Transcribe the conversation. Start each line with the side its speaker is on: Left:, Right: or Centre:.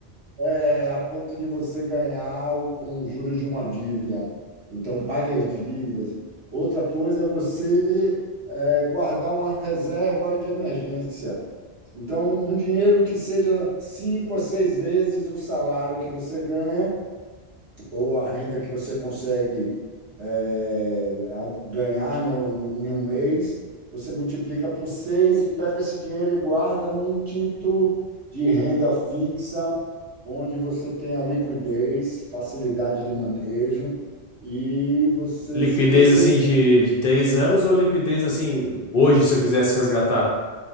Right: é, a ponto de você ganhar o- um juros de uma dívida. Então, pague as dívidas. Outra coisa é você é, guardar uma reserva de emergência. Então, um dinheiro que seja cinco a seis vezes o salário que você ganha ou a renda que você consegue é, a- ganhar no, no- em um mês, você multiplica por seis e pega esse dinheiro e guarda num título de renda fixa, onde você tem a liquidez, facilidade de manejo e você
Left: Liquidez
Right: se protege
Left: assim de, de três anos ou liquidez assim hoje, se eu quisesse resgatar?